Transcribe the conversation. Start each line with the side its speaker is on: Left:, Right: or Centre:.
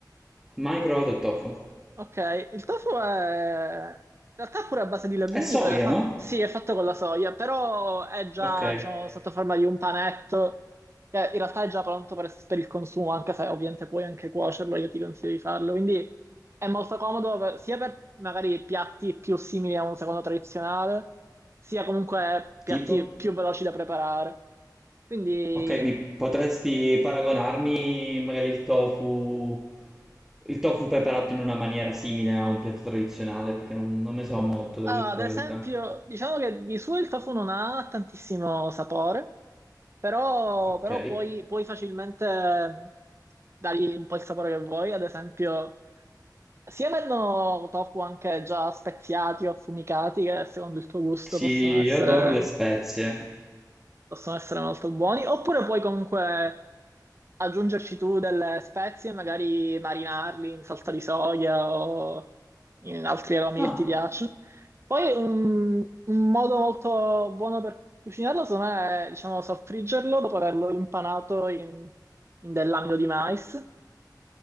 Centre: Mai provato il tofu?
Right: Ok, il tofu è... In realtà è pure a base di legumi,
Centre: È soia,
Right: è fa-
Centre: no?
Right: sì, è fatto con la soia, però è già,
Centre: Ok,
Right: diciamo, sotto forma di un panetto, che in realtà è già pronto per, per il consumo, anche se ovviamente puoi anche cuocerlo, io ti consiglio di farlo. Quindi è molto comodo per- sia per magari piatti più simili a un secondo tradizionale, sia comunque piatti
Centre: tipo?
Right: più veloci da preparare. Quindi,
Centre: Ok, mi potresti paragonarmi magari il tofu, il tofu preparato in una maniera simile a un piatto tradizionale, perché non, non ne so molto, devo
Right: ah,
Centre: dirti
Right: ad
Centre: la
Right: esempio,
Centre: verità.
Right: diciamo che di suo il tofu non ha tantissimo sapore, Però,
Centre: Ok.
Right: però puoi, puoi facilmente dargli un po' il sapore che vuoi, ad esempio, sia vendono tofu anche già speziati o affumicati, che secondo il tuo gusto
Centre: Sì,
Right: possono essere,
Centre: io adoro le spezie.
Right: possono essere molto buoni, oppure puoi comunque aggiungerci tu delle spezie, magari marinarli in salsa di soia o in altri aromi
Centre: Ah,
Right: che ti piacciono. Poi un, un modo molto buono per cucinarlo, secondo me, è, diciamo, soffriggerlo dopo averlo impanato in, in dell'amido di mais.